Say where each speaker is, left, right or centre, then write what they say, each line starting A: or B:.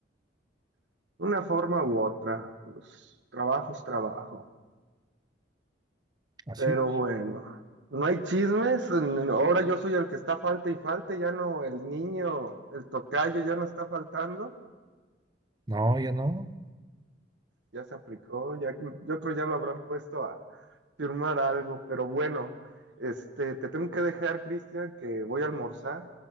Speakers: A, on the right; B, on the right.
A: <clears throat> una forma u otra, pues trabajo es trabajo.
B: Así.
A: Pero bueno, no hay chismes. n- Ahora yo soy el que está falta y falta. Ya no, el niño, el tocayo ya no está faltando.
B: No, ya no.
A: Ya se aplicó. Ya, yo creo ya lo habrán puesto a firmar algo. Pero bueno, este, te tengo que dejar, Cristian, que voy a almorzar.